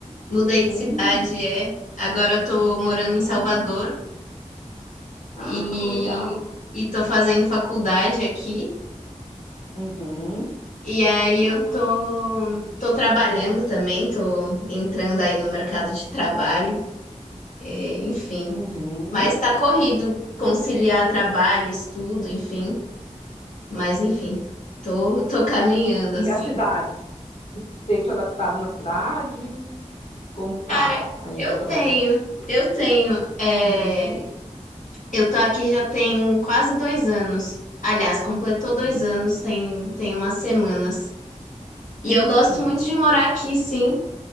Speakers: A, on the left (about 80°); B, on the left (about 50°).
A: mudei
B: Hum,
A: de cidade, é. Agora eu tô morando em Salvador
B: ah, ah,
A: e,
B: que legal.
A: e tô fazendo faculdade aqui.
B: Uhum,
A: E aí
B: ah,
A: eu tô, tô trabalhando também, tô entrando aí no mercado de trabalho. É, enfim.
B: uhum.
A: Mas tá corrido conciliar trabalho, estudo, enfim. Mas enfim, tô, tô caminhando
B: E
A: assim.
B: a cidade? E Tem te adaptado na cidade? Como tá
A: Cara,
B: aí
A: eu
B: essa adaptação?
A: tenho, eu tenho. é,
B: Uhum.
A: eu tô aqui já tem quase dois anos. Aliás, completou dois
B: Hum,
A: anos, tem, tem umas semanas.
B: uhum,
A: E eu gosto muito de morar aqui, sim.